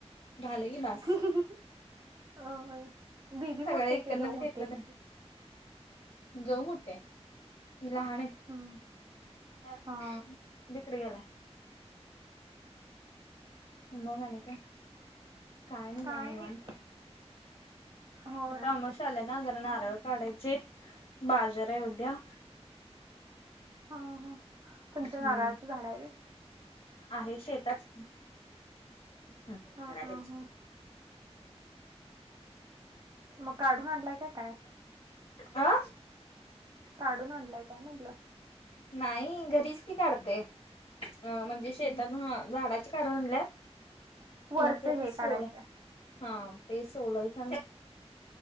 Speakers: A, on the left; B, on the right.
A: झालं की बस.
B: हम्म हं हं अय दिदी
A: सगळं
B: मोठीे
A: इकडनच
B: काय जाऊ मोठे
A: घेतलं
B: आहे तिथे.
A: जाऊ मोट आहे लहान.
B: हम्म
A: ह
B: हा
A: बिकडे गेलाय. मग आणि काय काहीण
B: काय
A: पाणे
B: नाही
A: मनतो.
B: होय
A: आता आमोशा आले ना, जरा नारळ काढायचे बाजार आहे उद्या.
B: हा हां तुमचं
A: हम्म
B: नारळाच झाड आहे होय.
A: आहे शेतात घराकडेच.
B: हा हा मग काढून आणलाय का काय?
A: हा..
B: काढून आणलाय काय म्हटलं
A: नाही घरीच की काढते. अ म्हणजे शेतात झाडाची काढून आणल्या.
B: वरच
A: मग ते
B: हे
A: आता, सोला
B: काढायचंय
A: हां.. ते सोलायच.